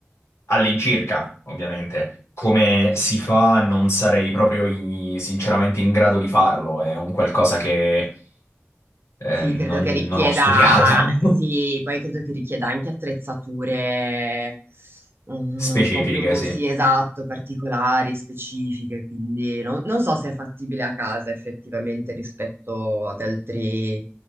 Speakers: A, on the left; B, on the right.
A: all'incirca, ovviamente, come si fa, non sarei proprio i- sinceramente in grado di farlo. È un qualcosa che eh,
B: Sì,
A: non,
B: credo che richieda,
A: non ho studiato. <laughs>
B: sì, poi credo che richieda anche attrezzature mm,
A: Specifiche,
B: un po' più,
A: sì.
B: sì, esatto, particolari, specifiche, quindi no- non so se è fattibile a casa effettivamente rispetto ad altri,